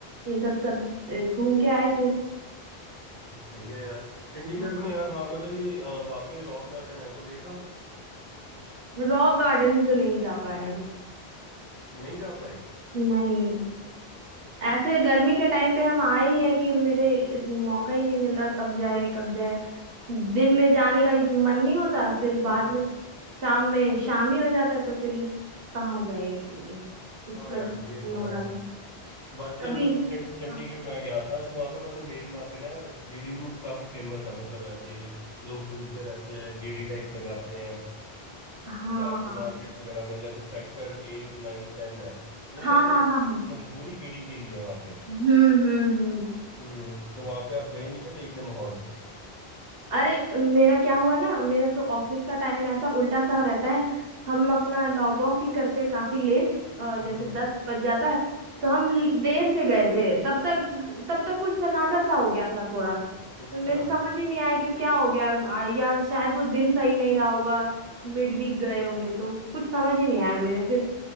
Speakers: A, on the right (about 65°); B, on the left (about 30°).
A: ये सब सब ए, घूम के आए थे
B: सही है यार चंडीगढ़
A: हाँ,
B: में यार हाँ मतलब ये अ, वहाँ पे रॉक गार्डन है वो देखा
A: रॉक गार्डन ही तो नहीं जा पाए हम
B: नहीं जा पाए
A: नहीं ऐसे गर्मी के टाइम पे हम आए ही है कि मेरे मौका ही नहीं मिल रहा कब जाए कब जाए दिन में जाने का मन नहीं होता फिर
B: हम्म
A: बाद
B: हम्म।
A: में शाम में शाम ही हो जाता है तो फिर कहाँ जाए अकेले इस
B: हाँ
A: वजह
B: यार
A: से
B: ये
A: नहीं
B: तो
A: हो
B: है
A: रहा था
B: बाकी
A: कभी
B: यार मतलब चं, चंडीगढ़
A: हाँ
B: मैं गया था तो वहाँ पे मतलब मेन वहाँ पे ना यार गेड़ी रूट काफी फेमस है मतलब ऐसे ही लोग घूमते रहते हैं गेड़ी टाइप लगाते हैं
A: हाँ
B: शाम को मार्केट्स वगैरह में जैसे सेक्टर एट नाइन टेन है वो
A: हाँ
B: मतलब
A: हाँ हाँ हाँ।
B: मशहूरी गेड़ी के लिए है वहाँ पे
A: हम्म हम्म हम्म
B: हम्म तो वहां पे आप गए नहीं क्या देखने माहौल
A: अरे मेरा क्या हुआ ना मेरा तो ऑफिस का टाइम ऐसा उल्टा सा रहता है हम अपना लॉग ऑफ ही करते हैं काफी लेट
B: हम्म
A: जैसे दस बज जाता है तो हम देर से गए थे तब तक तब तक कुछ सन्नाटा सा हो गया था थोड़ा
B: अच्छा
A: तो मेरे समझ ही नहीं आया कि क्या हो गया आ- या शायद वो दिन सही नहीं रहा होगा मिड वीक गए होंगे तो कुछ समझ ही नहीं आया मेरे फिर